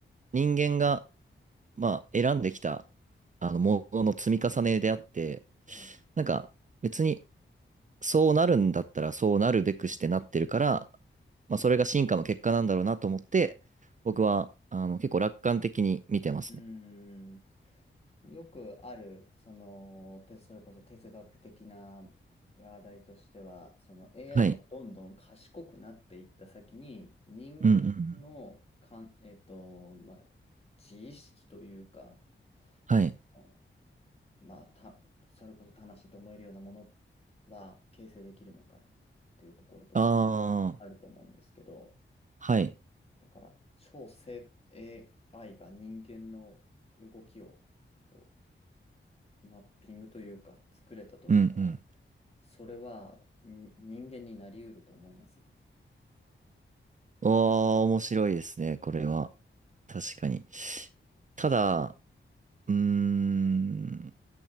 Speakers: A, on the right (about 35°); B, on the left (about 30°).
A: 人間が、まあ、選んできた、あの、ものの積み重ねであって、
B: はい
A: なんか、別に、そうなるんだったら、そうなるべくしてなってるから、まあ、それが進化の結果なんだろうなと思って、僕は、
B: うん
A: あの、結構楽観的に見てますね。
B: うんよくある、その、てそれこそ哲学的な話題としては、その AI
A: はい。
B: がどんどん賢くなっていった先に、人間のかん、
A: うんうんうん。
B: えっと、まあ、自意識というか、
A: はい。
B: その、まあ、た、それこそ魂と思えるようなものは形成できるのかっていうところとか
A: あ
B: あると思うんですけど、
A: あ、はい。
B: だから超正 AI が人間の動きをこマッピングというか作れたとしたら、
A: うんうん。
B: それはに人間になり得ると思います。
A: おー、面白いですね、これは。確かに。ただ、うーん、